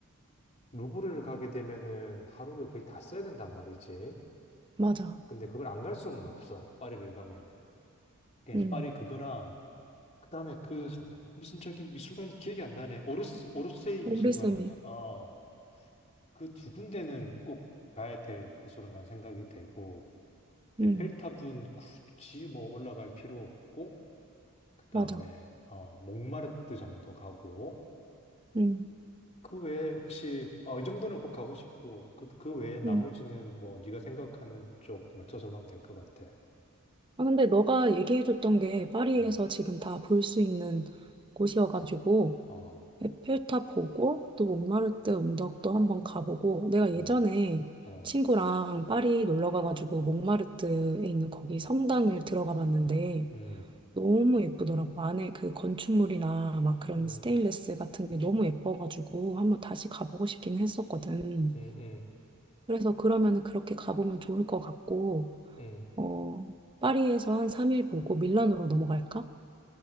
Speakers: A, on the left; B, on the right.
A: 루브르를 가게 되면은 하루를 거의 다 써야 된단 말이지.
B: 맞아.
A: 근데 그걸 안 갈 수는 없어. 파리를 가면. 그래서
B: 음.
A: 파리 그거랑 그다음에 그 무슨 저기 미술관이 기억이 안 나네. 오르스 오르세이
B: 우리
A: 미술관인가?
B: 쌤이.
A: 어. 그 두 군데는 꼭 가야 될 곳으로 난 생각이 되고 에펠탑은
B: 음.
A: 굳이 뭐 올라갈 필요 없고 그다음에
B: 맞아.
A: 어 몽마르트 정도 가고
B: 음.
A: 그 외에 혹시 어, 이 정도는 꼭 가고 싶고 그, 그 외에 나머지는
B: 음.
A: 뭐 네가 생각하는 쪽 맞춰서 가면 될 것 같아.
B: 아, 근데 너가 얘기해줬던 게 파리에서
A: 어,
B: 지금 다 볼 수 있는 곳이어가지고
A: 어,
B: 에펠탑 보고 또 몽마르트 언덕도 한번 가보고 내가
A: 어,
B: 예전에
A: 어.
B: 친구랑 파리 놀러 가가지고 몽마르트에 있는 거기 성당을 들어가 봤는데
A: 음,
B: 너무 예쁘더라고. 안에 그 건축물이나 막 그런
A: 음,
B: 스테인레스 같은 게 너무 예뻐가지고 한번 다시 가보고 싶긴 했었거든.
A: 음, 음,
B: 그래서 그러면은 그렇게 가보면 좋을 것 같고
A: 음.
B: 어, 파리에서 한 3일 보고 밀라노로 넘어갈까?